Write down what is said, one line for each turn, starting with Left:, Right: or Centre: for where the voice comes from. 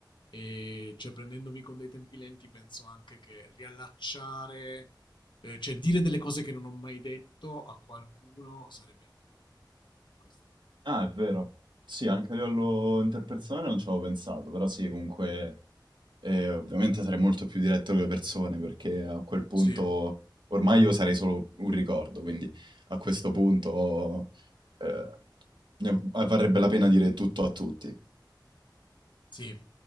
Left: e cioè prendendomi con dei tempi lenti, penso anche che riallacciare, eh, cioè dire delle cose che non ho mai detto a qualcuno sarebbe anche una priorità. Questa pure.
Right: Ah, è vero. Sì, anche a livello interpersonale non ci avevo pensato, però sì, comunque eh, ovviamente sarei molto più diretto con le persone perché a quel punto
Left: Sì,
Right: ormai io sarei solo un ricordo, quindi a questo punto eh, ne varrebbe la pena dire tutto a tutti.
Left: sì.